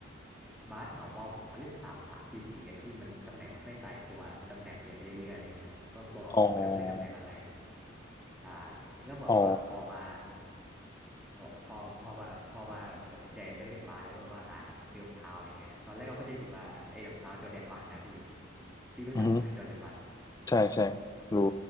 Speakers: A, in the centre; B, on the left.
A: บาสแถวมอผมก็เล่นสามสามสี่สี่กันนะพี่มันตำแหน่งมันค่อยตายตัวมันตำแหน่งเปลี่ยนไปเรื่อยๆอะไรเงี้ยก็บอกไม่ถูกว่าจะเล่นตำแหน่งอะไร
B: อ๋อ
A: ใช่แล้วแบบว่าพอมา
B: อ๋อ
A: พอพอพอมาพอมาแบบตัดสินใจเลือกเล่นบาสแล้วก็แบบว่าหาซื้อรองเท้าอะไรเงี้ยตอนแรกก็เข้าใจผิดว่าไอ้รองเท้าจอร์แดนวันนะพี่พี่รู้จักใช่ไหมจอร์แดนวัน
B: อือฮึใช่ใช่รู้